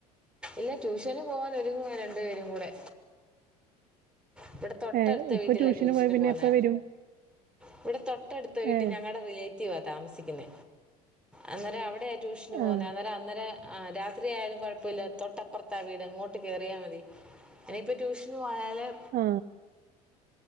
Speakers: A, in the centre; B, on the right (about 45°).
A: എല്ലാ ട്യൂഷന് പോകാൻ ഒരുങ്ങു വാ രണ്ടുപേരും കൂടെ ഇവിടെ തൊട്ടടുത്ത
B: ഏഹ് ഇപ്പൊ
A: വീട്ടിലാ ട്യൂഷന്
B: പോയ പിന്നെ
A: പോകുന്ന
B: എപ്പ വരും
A: ഇവിടെ തൊട്ടടുത്ത വീട്ടിൽ
B: ഏഹ്
A: ഞങ്ങടെ റിലേറ്റീവ് താമസിക്കുന്ന അന്നേരം അവിടെ- ട്യൂഷന് പോന്നേ
B: ആഹ്
A: അന്നേരം അന്നേരം ആ രാത്രിയായാലും കൊഴപ്പമില്ല തൊട്ടപ്പുറത്ത് വീട് ഇങ്ങോട്ട് കയറിയാൽ മതി ആ ഇനിയിപ്പം ട്യൂഷന് പോയാല്-
B: ആ